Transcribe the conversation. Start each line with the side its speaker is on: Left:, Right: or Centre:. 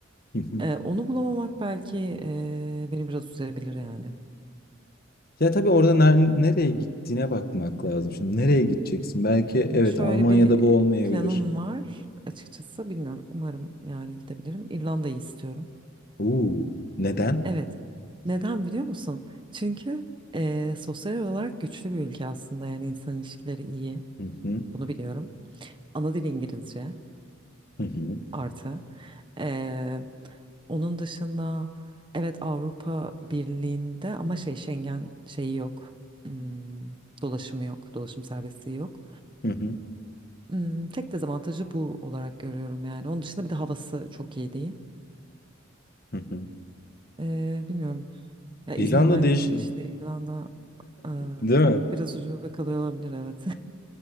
Left: <laughs>
Right: E, onu bulamamak belki e, beni biraz üzebilir yani.
Left: Ya tabii orada ner- nereye gittiğine bakmak lazım. Şimdi nereye gideceksin? Belki evet
Right: Şöyle
Left: Almanya'da
Right: bir
Left: bu olmayabilir.
Right: planım var açıkçası bilmiyorum umarım yani gidebilirim. İrlanda'yı istiyorum.
Left: Uuu neden?
Right: Evet. Neden biliyor musun? Çünkü eee, sosyal olarak güçlü bir ülke aslında. Yani insan ilişkileri iyi.
Left: Hı hı
Right: Bunu biliyorum. Ana dil İngilizce
Left: hı hı
Right: artı. Eee, onun dışında evet Avrupa Birliği'nde ama şey Schengen şeyi yok. Hmm, dolaşımı yok. Dolaşım serbestliği yok.
Left: hı hı.
Right: Hmm, tek dezavantajı bu olarak görüyorum yani. Onun dışında bir de havası çok iyi değil.
Left: hı hı.
Right: Eee, bilmiyorum. Ya
Left: İrlanda
Right: İzmir'den
Left: değiş...
Right: gidip
Left: <laughs>
Right: işte İrlanda e,
Left: Değil mi?
Right: biraz ucube kalıyor olabilir evet.